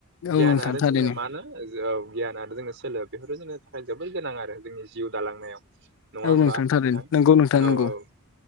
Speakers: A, on the left; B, on the right.
A: औ
B: गियान
A: नोंथां
B: आरो
A: थारैनो
B: जोंनो मानो औ गियान आरो जोंनो सोलो बेफोरो जोंनो थाखाय जोबोद गोनां आरो जोंनि जिउ दालांनायाव। नङा
A: औ
B: होमबा नोंथां
A: थारैनो नंगौ नोंथां नंगौ
B: औ औ